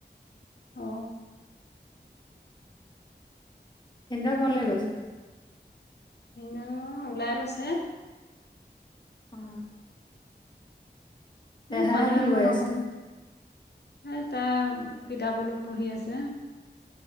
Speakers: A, on the left; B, on the left.
A: অ।
B: ভিন্দেও ঘৰলে গৈছে।
A: ভিন্দেও ওলাই গৈছে।
B: অ। দেহা
A: এ সন্ধিয়া
B: কি
A: সময়
B: কৰি
A: লগ
B: আছে
A: হল। <inaudible> টা কিতাপ অলপ পঢ়ি আছে।